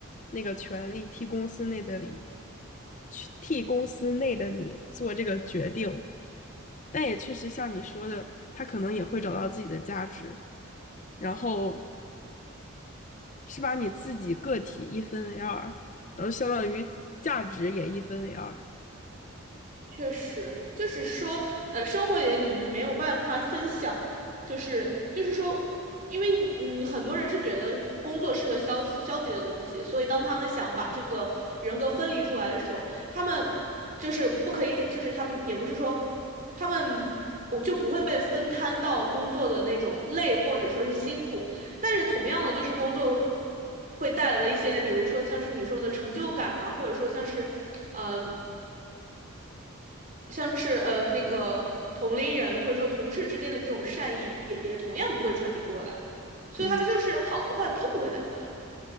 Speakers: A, on the left (about 35°); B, on the right (about 35°).
A: 那个权利替公司内的你去替公司内的你做这个决定。但也确实像你说的，他可能也会找到自己的价值，然后是把你自己个体一分为二，然后相当于价值也一分为二。
B: 确实，就是说，呃，生活里的你，你没有办法分享，就是就是说，因为你，你很多人是觉得工作是个消消极的东西，所以当他们想把这个人格分离出来的时候，他们就是不可以，就是他们也不是说他们不就不会被分摊到工作的那种累或者说是辛苦，但是同样的，就是工作会带来的一些，比如说像是你说的成就感啊，或者说像是。嗯。像是呃那个同龄人或者说同事之间的这种善意也，也同样不会传递过来，所以他就是好的坏都不会带过来。
A: 嗯